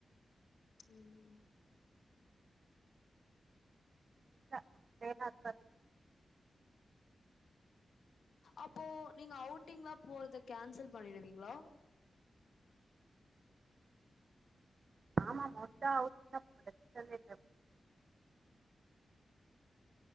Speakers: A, on the left; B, on the right.
A: ம்
B: இல்ல அப்டியெலா இருக்காது
A: அப்போ நீங்க அவுட்டிங்லா போறத கேன்சல் பண்ணிடுவீங்ளா
B: ஆமா மொத அவுட்டிங்கா மழ கெள்மிட்டோ